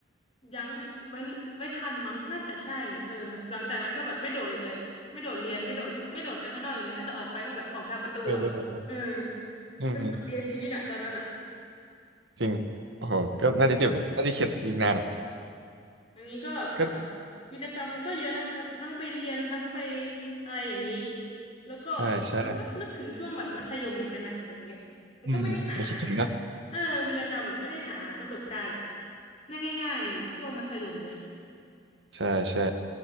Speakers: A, on the left; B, on the right.
A: ยั้งไว้ไว้ทันมั้งน่าจะใช่เออหลังจากนั้นก็แบบไม่โดดอีกเลยไม่โดดเรียนไม่โดดไม่โดดไปข้างนอกอีกเลยถ้าจะออกไปก็แบบออกทางประตูอะเออ
B: เออเออเออเออเอออืม
A: เป็นบทเรียนชีวิตอะตอนนั้นอะ
B: จริงโอ้โหก็น่าจะเจ็บอะน่าจะเข็ดอีกนานอ่ะ
A: อืม อย่างนี้ก็แบบวีรกรรมมันก็เยอะนะแบบทั้งไปเรียนทั้งไป
B: ก็
A: อะไรอย่างนี้แล้วก็
B: ใช่ใช่
A: มันก็นึกถึงช่วงแบบมัธยมเหมือนกันนะแบบอย่างเงี้ยมันก็ไม่ได้หา
B: อืมยังคิดถึงนะ
A: เออวีรกรรมแบบไม่ได้หาประสบการณ์แบบได้ง่ายๆแบบช่วงมัธยมเนี้ย
B: ใช่ใช่